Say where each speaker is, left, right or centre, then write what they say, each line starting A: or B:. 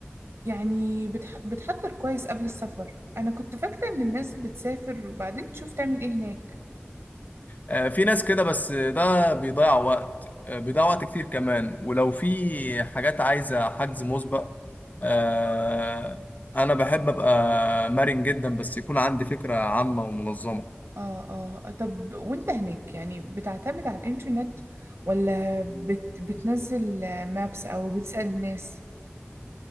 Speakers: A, on the right; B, on the left.
A: يعني بتح... بتحضر كويس قبل السفر انا كنت فاكره ان الناس بتسافر وبعدين تشوف تعمل ايه هناك
B: آه، في ناس كده بس ده بيضيع وقت آه، بيضيع وقت كتير كمان ولو في حاجات عايزه حجز مسبق آه، انا بحب ابقى مرن جدا بس يكون عندي فكره عامه ومنظمه
A: اه اه طب وانت هناك يعني بتعتمد على الانترنت ولا بت بتنزل مابس او بتسأل الناس